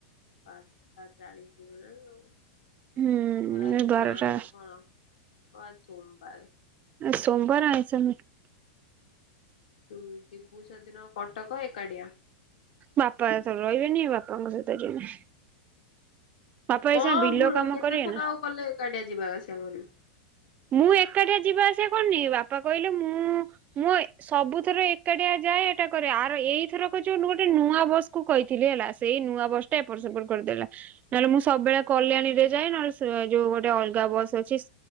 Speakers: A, on the left; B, on the right.
A: ପାଞ୍ଚଟା ଚାଳିଶ ହୁ ନା ତମର
B: ହୁଁ
A: ଆଜି
B: ଏ ବାରଟା
A: <unintelligible> କଣ ଓ ଆଜି ସୋମବାରେ
B: ସୋମବାର ଆଇଁସ ନାଇ।
A: ତୁ ଯିବୁ ସେ ଦିନ କଟକ ଏକାଟିଆ?
B: ବାପା ଏଥର ରହିବେନି ବାପାଙ୍କ ସହିତ ଯିବି। ବାପା ଏଇ
A: କଣ
B: ସାଙ୍ଗେ ବିଲ
A: ବୁ
B: କାମ
A: କେତେ
B: କରିବେ
A: ଥର
B: ନା
A: ଆଉ ଗଲେ ଏକାଟିଆ ଯିବା ଆସିବା କରିବୁ।
B: ମୁଁ ଏକାଟିଆ ଯିବା ଆସିବା କରୁନି ବାପା କହିଲେ ମୁଁ ମୋ ସବୁଥରେ ଏ ଏକାଟିଆ ଯାଏ ଏଟା କରେ ଆର ଏଇଥରକ ଯୋଉ ଗୋଟେ ନୂଆ ବସ୍ କୁ କହିଥିଲି ହେଲା ସେଇ ନୂଆ ବସ ଏପଟ
A: ହୁଁ
B: ସେପଟ କରିଦେଲା ନହେଲେ ମୁଁ ସବୁବେଳେ
A: ହୁଁ
B: କଲ୍ୟାଣୀରେ ଯାଏ ନହେଲେ ସେ ଏ ଯୋଉ ଗୋଟେ ଅଲଗା ବସ୍ ଅଛି